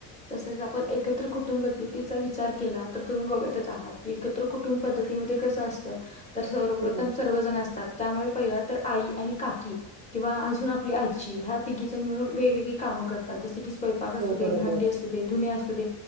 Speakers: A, on the left; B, on the right.
A: तसेच आपण एकत्र कुटुंब पद्धतीचा विचार केला तर तुम्ही बघतच आहात की एकत्र कुटुंब पद्धतीमध्ये कसं असतं तर सर्वप्रथम
B: हो
A: सर्वजण असतात त्यामुळे पहि तर आई आणि काकी किंवा अजून आपली आजी ह्या तिघेण मिळून वेगवेगळी कामं करतात जस की स्वयंपाक असुदे
B: हो बरोबर
A: भांडी अस असू दे